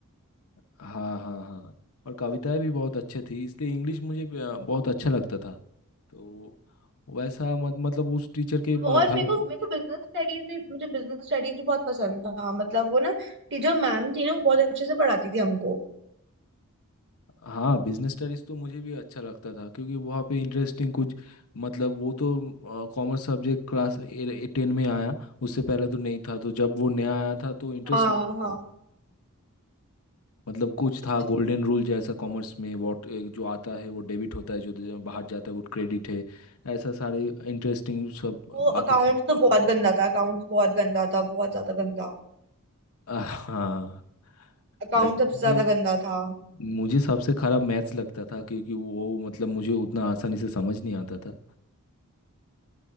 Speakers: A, on the left; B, on the right.
A: हाँ हाँ हाँ और कविताएं भी बहुत अच्छे थी इसलिए इंग्लिश मुझे अ, बहुत अच्छा लगता था तो वैसा मत मतलब उस टीचर के ब-
B: और
A: घर
B: मेरे को मेरे को बिजनेस स्टडीज भी मुझे बिजनेस स्टडीज भी बहुत पसंद था मतलब वो ना टीचर मैम थी ना वो बहुत अच्छे से पढ़ाती थी हमको
A: हाँ बिजनेस स्टडीज तो मुझे भी अच्छा लगता था क्योंकि वहाँ पे इंटरेस्टिंग कुछ मतलब वो तो कॉमर्स सब्जेक्ट क्लास टेन में आया उससे पहले तो नहीं था तो जब वो नया आया था तो इंटरेस्ट
B: हाँ
A: लगता था
B: हाँ
A: मतलब कुछ था
B: बिल्कुल,
A: गोल्डन
B: बिल्कुल।
A: रूल जैसा कॉमर्स में वॉट जो आता है वो डेबिट होता है जो जो बाहर जाता है वो क्रेडिट है ऐसा सारे इंटरेस्टिंग सब
B: वो
A: बातें
B: अकाउंट्स
A: थी
B: तो बहुत गंदा था अकाउंट्स बहुत गंदा था बहुत ज्यादा गंदा
A: अ, हाँ
B: अकाउंट
A: वैसे
B: सबसे
A: मुझे
B: ज्यादा गंदा था
A: मुझे सबसे खराब मैथ्स लगता था क्योंकि वो मतलब मुझे उतना आसानी से समझ नहीं आता था